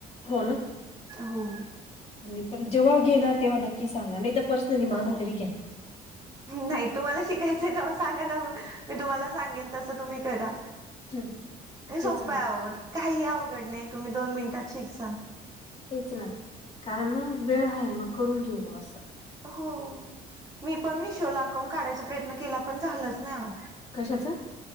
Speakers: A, on the left; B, on the right.
A: हो ना
B: हो
A: मी पण जेव्हा घेणार तेव्हा नक्की सांगा नाही तर पर्सनली
B: हो
A: माझा तरी घ्या
B: नाही तुम्हाला शिकायचंय तव्हा सांगा ना मग मी तुम्हाला सांगेन तसं तुम्ही करा
A: हं,
B: हे सोप्पं
A: तेच ना
B: आहे हो काहीही अवघड नाही तुम्ही दोन मिनिटात शिकसाल
A: तेच ना कारण ना वेळ आहे मग करून घेऊ बा असं
B: हो मी पण मिशोला अकाउंट काढायचा प्रयत्न केला पण झालाच नाही अहो
A: कशाचं